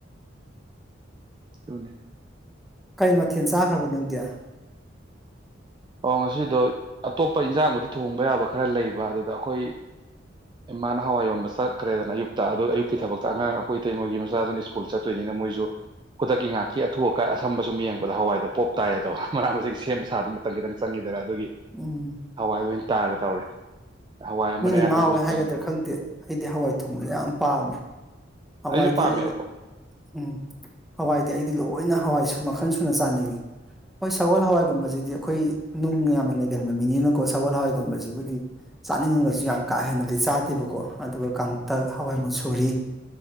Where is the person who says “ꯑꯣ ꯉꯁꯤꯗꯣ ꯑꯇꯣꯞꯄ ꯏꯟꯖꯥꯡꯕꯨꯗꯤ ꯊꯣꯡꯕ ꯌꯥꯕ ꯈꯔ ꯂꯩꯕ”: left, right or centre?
Right